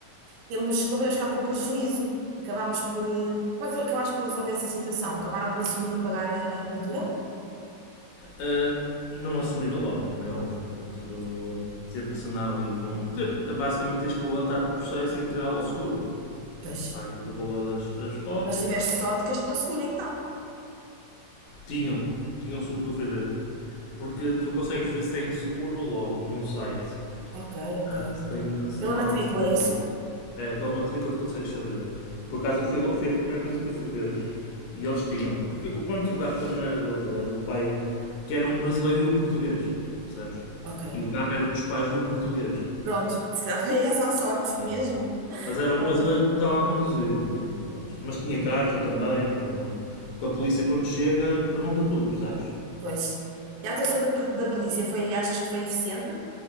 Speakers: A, on the right; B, on the left.
A: temos, não podemos ficar com o prejuízo. Acabámos por. eh, Como é que tu acabaste por resolver essa situação? Acabaram por assumir e pagar a, a pintura?
B: Ahm, não assumiram logo, como é óbvio. Portanto, teve que se andar ali com. teve- basicamente tens que levantar o processo e entregá-lo ao seguro.
A: Pois.
B: Pronto, paga-te o valor das, das cópias,
A: Mas tiveste sorte que eles tinham seguro, então.
B: Tinham, tinham um seguro que eu fui ver. Porque tu consegues ver se tem seguro logo num site.
A: Ok, ok.
B: Ah, Se tem, se
A: Pela
B: tem lá
A: matrícula,
B: alguma coisa assim.
A: é isso?
B: É, pela matrícula tu consegues saber. Por acaso eu fui, lo- foi a primeira coisa que eu fui ver. E eles tinham. Porque o ponto do carro também não era deles, era do pai, que era um brasileiro e um português. Percebes?
A: Ok.
B: E o carro era dos pais do português.
A: Pronto, se calhar foi essa a sorte
B: né?
A: mesmo.
B: Mas
A: Se
B: era o
A: calhar-
B: brasileiro que o estava a conduzir. né? Pronto. Mas tinha carta também, pronto. não- Porque a polícia quando chega pergunta tudo, percebes?
A: Pois. E a atuação da, po- da polícia foi, achas que foi eficiente?